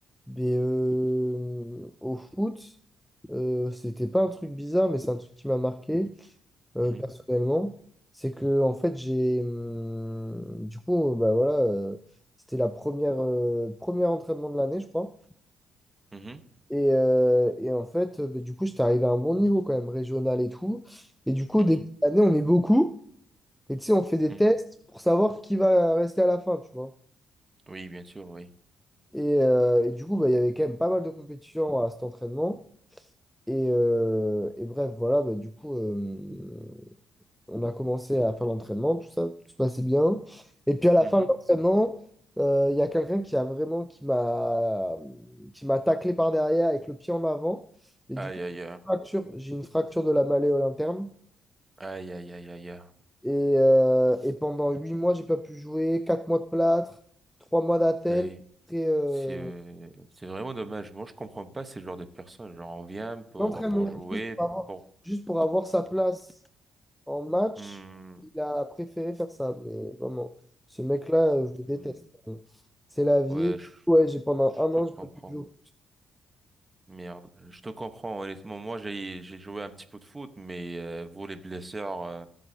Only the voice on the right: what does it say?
Mhm,
mhm,
mhm,
mhm.
Oui, bien sûr, oui.
Mhm.
Aïe
aïe aïe
aïe aïe aïe aïe
aïe.
C'est, c'est vraiment dommage. Moi, je comprends pas ces genres de personnes. Genre, on vient pour,
pour jouer,
pour...
Hmm,
hmm.
Ouais, je,
je
te comprends.
Merde. Je te comprends. Honnêtement, moi, j'ai, j'ai joué un petit peu de foot, mais euh, vous, les blessures, euh,